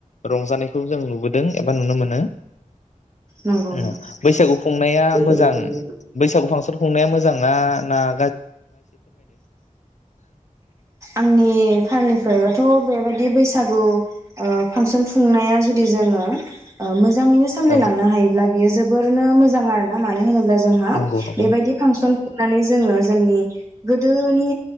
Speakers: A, on the left (about 60°); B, on the right (about 20°).
A: रंजानाय खौ जों नुबोदों एबा नुनो मोनो।
B: नंगौ
A: ओम
B: नंगौ।
A: बैसागु खुंनाया
B: बैसागु
A: मोजां
B: खुंनाय
A: बैसागु फांसन खुंनाया मोजां ना नार
B: आंनि फारनि फ्रायबाथ' बेबायदि बैसागु। ओ फांसन खुंनाया जुदि जोङो ओ मोजां। मोजाङैनो सामलायलांनोहायोब्ला
A: औ
B: बियो जोब बोरनो मोजां आरो ना मानो होनोब्ला जोंहा
A: नंगौ नंगौ
B: बेबायदि फांसन खुंनानै जोङो जोंनि गोदोनि